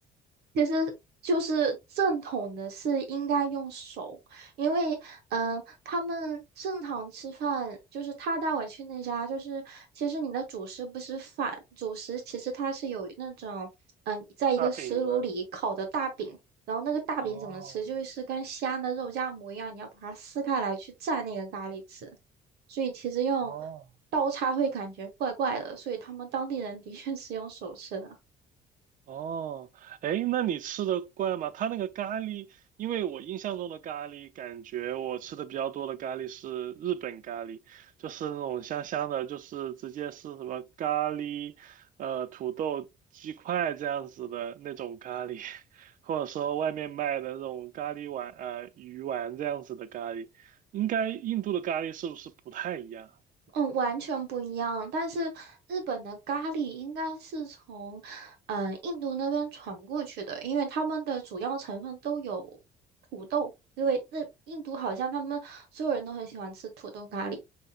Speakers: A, on the right (about 70°); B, on the right (about 50°).
A: 其实就是正统的是应该用手，因为嗯，呃他们正常吃饭，就是他带我去那家，就是其实你的主食不是饭，主食其实它是有那种嗯，在一个石炉里烤的大饼，
B: 大饼吗？
A: 然后那个大饼怎么吃，
B: <laughs> 哦，
A: 就是跟西安的肉夹馍一样，你要把它撕开来去蘸那个咖喱吃，所以其实用
B: 哦，
A: 刀叉会感觉怪怪的，所以他们当地人的确是用手吃的。
B: 哦，哎，那你吃的惯吗？他那个咖喱，因为我印象中的咖喱，感觉我吃的比较多的咖喱是日本咖喱，就是那种香香的，就是直接是什么咖喱，呃，土豆鸡块这样子的那种咖喱，<laughs> 或者说外面卖的那种咖喱丸，呃，鱼丸这样子的咖喱。应该印度的咖喱是不是不太一样？
A: 嗯，完全不一样。但是日本的咖喱应该是从嗯、呃印度那边传过去的，因为他们的主要成分都有土豆，因为那印度好像他们所有人都很喜欢吃土豆咖喱，